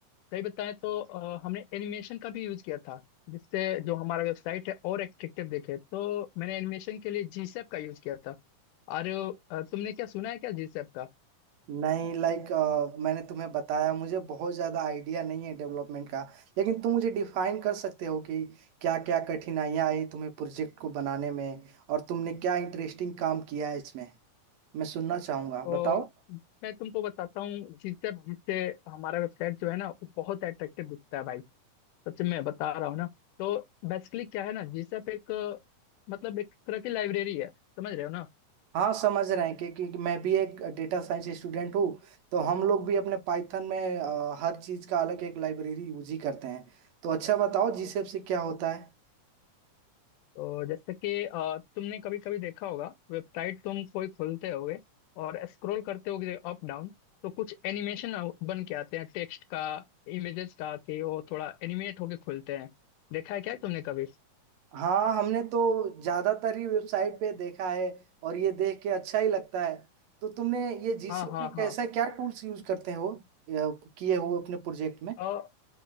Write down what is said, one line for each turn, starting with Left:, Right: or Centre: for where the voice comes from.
Left: सही बताएं तो अ, हमने एनिमेशन का भी यूज किया था जिससे जो हमारा वेबसाइट है और एट्रैक्टिव दिखे तो मैंने एनिमेशन के लिए जीसैप का यूज किया था अरे अ, तुमने क्या सुना है क्या जीसैप का
Right: नहीं लाइक मैंने तुम्हें बताया मुझे बहुत ज़्यादा आइडिया नहीं है डेवलपमेंट का लेकिन तुम मुझे डिफाइन कर सकते हो कि क्या क्या कठिनाइयाँ आई तुम्हें प्रोजेक्ट को बनाने में और तुमने क्या इंटरेस्टिंग काम किया है इसमें मैं सुनना चाहूंगा
Left: तो
Right: बताओ
Left: मैं तुमको बताता हूँ जीसैप जिससे हमारा वेबसाइट जो है ना वो बहुत एट्रैक्टिव दिखता है भाई सच में बता रहा हूँ ना तो बेसिकली क्या है ना जीसैप एक अ, मतलब एक तरह की लाइब्रेरी है समझ रहे हो ना
Right: हाँ समझ रहे हैं कि, कि मैं भी एक डेटा साइंस स्टूडेंट हूँ तो हम लोग भी अपने पाइथन में अ, हर चीज का अलग एक लाइब्रेरी यूज ही करते हैं तो अच्छा बताओ जीसेप से क्या होता है
Left: तो जैसे कि अ, तुमने कभी कभी देखा होगा वेबसाइट तुम कोई खोलते होगे और स्क्रॉल करते होगे अप डाउन तो कुछ एनिमेशन बन के आते हैं टेक्स्ट का इमेजेस का कि वो थोड़ा एनिमेट होके खुलते हैं देखा है क्या तुमने कभी
Right: हाँ हमने तो ज्यादातर ही वेबसाइट पे देखा है और ये देख के अच्छा ही लगता है तो तुमने ये जीसेप
Left: हाँ
Right: में कैसा
Left: हाँ
Right: क्या टूल्स यूज करते हो अ, किए हो अपने प्रोजेक्ट में
Left: हाँ